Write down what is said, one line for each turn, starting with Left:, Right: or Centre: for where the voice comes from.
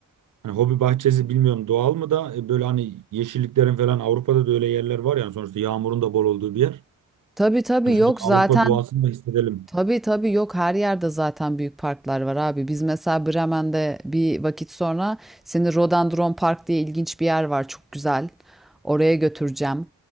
Right: hani hobi bahçesi bilmiyorum doğal mı da e, böyle hani yeşilliklerin falan Avrupa'da da öyle yerler var yani sonuçta yağmurun da bol olduğu bir yer.
Centre: Tabii tabii
Right: Hani
Centre: yok
Right: şöyle bir Avrupa
Centre: zaten
Right: doğasını da hissedelim.
Centre: Tabii tabii yok her yerde zaten büyük parklar var abi. Biz mesela Bremen'de bir vakit sonra seni Rhododendron Park diye ilginç bir yer var çok güzel. Oraya götüreceğim.